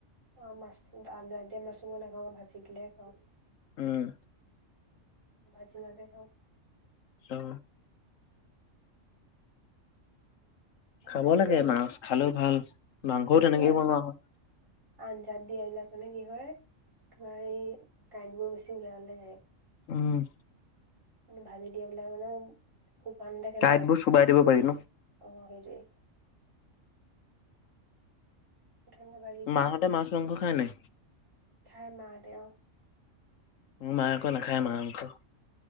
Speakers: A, on the right (about 75°); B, on the left (about 75°).
A: অ মাছ আয়তিয়েম আছিলে নেখাওঁ ভাজি দিলে খাওঁ
B: উম
A: ভাজি মাজে খাওঁ
B: অ
A: আঞ্জাত
B: খাব
A: দিয়া
B: লাগে
A: এইবিলাক
B: মাছ খালেও ভাল মাংসও
A: মানে
B: তেনেকে
A: কি
B: বনোৱা হয়
A: আঞ্জাত দি আহিলা মানে কি হয় তোমাৰ এই কাঁইটবোৰ বেছি ওলাই ওলাই যায়
B: উম
A: ভাজি দিয়া বিলাক মানে শুকান হৈ থাকে
B: কাঁইটবোৰ
A: ন
B: চোবাই দিব পাৰি ন
A: অ সেইটোৱেই ধুনীয়া বাৰী
B: মাহঁতে মাছ মাংস খাই নাই
A: খাই মা হঁতে অ
B: মোৰ মা অক নাখায় মাংস